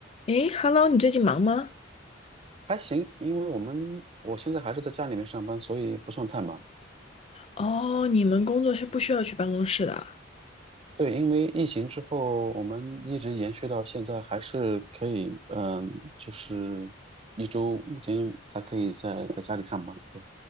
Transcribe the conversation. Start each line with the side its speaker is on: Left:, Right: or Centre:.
Left: 诶，Hello，你最近忙吗？
Right: 还行，因为我们我现在还是在家里面上班，所以不算太忙。
Left: 哦，你们工作是不需要去办公室的啊
Right: 对，因为疫情之后，我们一直延续到现在，还是可以，嗯，就是一周五天还可以在在家里上班。对，